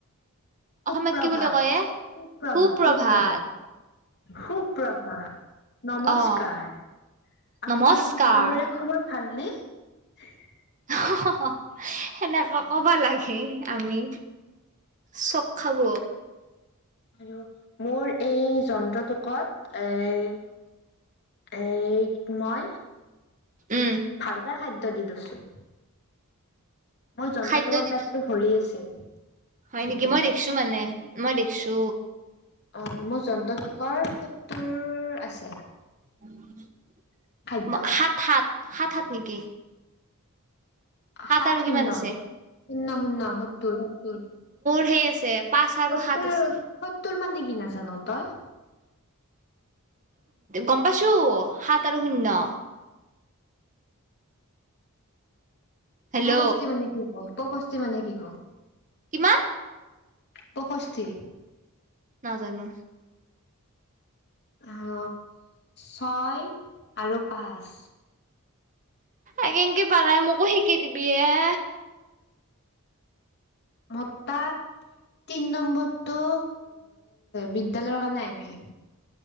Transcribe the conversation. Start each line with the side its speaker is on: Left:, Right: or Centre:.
Left: সুপ্ৰভাত
Right: অসমীয়াত কি বুলি কয় এ
Left: সুপ্ৰভাত
Right: সুপ্ৰভাত
Left: সুপভাত সুপ্ৰভাত নমস্কাৰ
Right: অ নমস্কাৰ
Left: আপোনালোক সকলোৰে খবৰ ভালনে <unintelligible>
Right: অহ হ হ সেনেকা ক'ব লাগে হে আমি চক খাব
Left: আৰু মোৰ এই যন্ত্ৰটো কত এ এই মই
Right: উম
Left: ভালকে খাদ্য দি দৈছো চুপ মই জন্ত্ৰ
Right: খাদ্য
Left: তৰ
Right: দি
Left: পেটটো ভৰি আছে।
Right: হয় নেকি
Left: এতিয়া।
Right: মই দেখিছো মানে মই দেখছো
Left: অ' মোৰ জন্ত্ৰটোক বৰ চতুৰ আছে
Right: <unintelligible>
Left: খাদ্য।
Right: সাত সাত হাত হাত নেকি
Left: সাত
Right: আৰু
Left: শূন্য
Right: কিমান আছে
Left: শূন্য শূন সত্তৰ সত্তৰ
Right: ঢ়েই আছে পাঁচ আৰু
Left: সত্তৰ
Right: সাত আছে
Left: সত্তৰ মানে কি নাজানো তই,
Right: গম পাইছো সাত আৰু শূন্য হেল্ল'
Left: প্ৰশস্তি মানে কি? অল্পশস্তি মানে কি ক?
Right: কিমান
Left: পষষ্ঠি
Right: নাজানো
Left: আঁহ ছয় আৰু পাঁচ
Right: এনেকে প নাই মোকো শিকি দিবি এ
Left: ম তাত তিন নম্বৰটো বিদ্যালয়ৰ কাৰণে আহিবি,